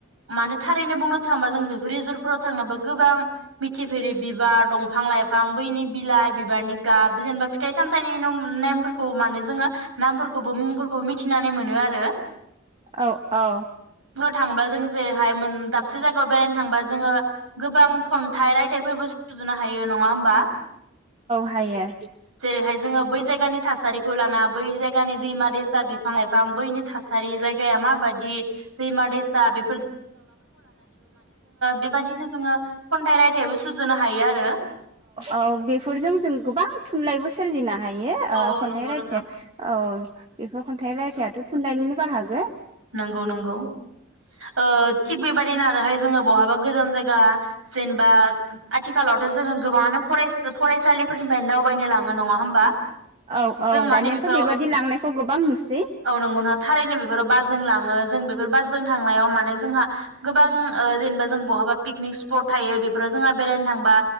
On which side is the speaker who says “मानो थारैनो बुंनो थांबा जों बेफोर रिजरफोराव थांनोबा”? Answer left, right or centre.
Right